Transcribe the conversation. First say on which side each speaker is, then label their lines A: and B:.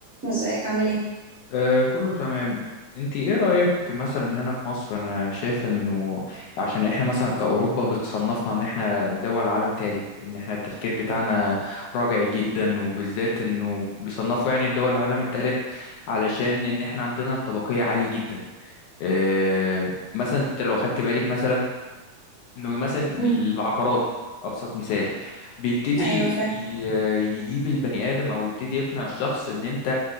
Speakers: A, on the right; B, on the left.
A: ازيك عامل ايه
B: آه كله تمام انت ايه رأيك مثلا هنا في مصر انا شايف انه عشان احنا مثلا كأوروبا بتصنفنا ان احنا دول عالم ثالث ان احنا التفكير بتاعنا راجعي جدا وبالذات انه بيصنفوا يعني الدول العالم الثالث علشان ان احنا عندنا الطبقية عالية جدا آه مثلا انت لو خدت بالك مثلا انه مثلا
A: مم.
B: العقارات ابسط مثال بيبتدي
A: ايوه فعلا
B: ي- يجيب البني ادم او يبتدي يقنع الشخص ان انت